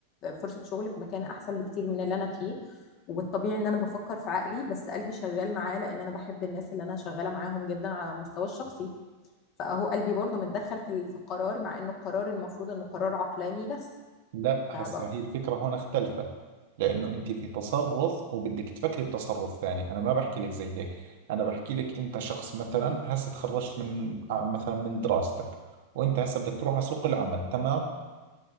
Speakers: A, on the left; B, on the right.
A: فرصه شغل في مكان احسن بكتير من اللي انا فيه والطبيعي ان انا بفكر في عقلي بس قلبي شغال معاه لان انا بحب الناس اللي انا شغاله معاهم جدا على المستوى الشخصي فاهو قلبي برضو متدخل في ال- في القرار مع انه القرار المفروض انه قرار عقلاني بس
B: لا هسه
A: فبقى
B: هي الفكرة هون اختلفت لأنه أنت في تصرف وبدك تفكري بتصرف ثاني أنا ما بحكي لك زي هيك أنا بحكي لك أنت شخص مثلا هسه تخرجت من ع- مثلا من دراستك وأنت هسه بدك تروح على سوق العمل تمام